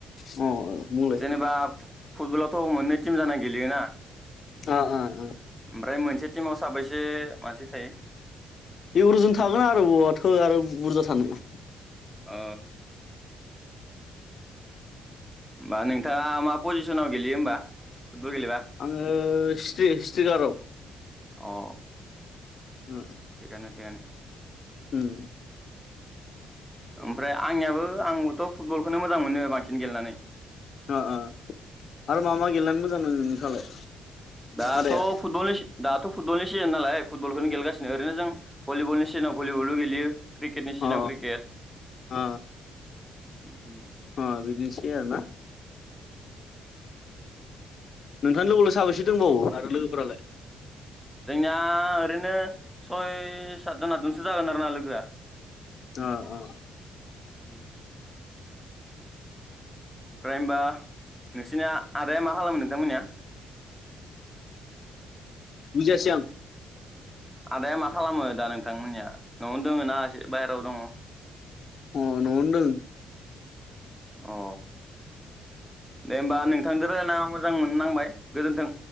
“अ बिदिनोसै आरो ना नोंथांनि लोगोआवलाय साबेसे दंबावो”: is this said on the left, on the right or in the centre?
Left